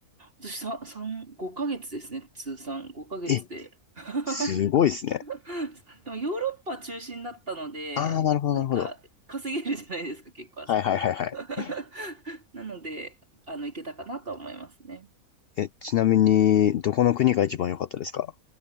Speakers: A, on the right; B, on the left.
A: 私さ、3、5ヶ月ですね、通算。5ヶ月で。
B: <laughs> え、
A: <laughs>
B: すごいですね。
A: <laughs> でもヨーロッパ中心だったので、
B: あー、なるほど、
A: なんか稼げるじゃないですか、
B: なるほど。
A: 結構あそこ。
B: はいはいはいはい。
A: <laughs> なので、あの、行けたかなとは思いますね。
B: え、ちなみに、どこの国が一番良かったですか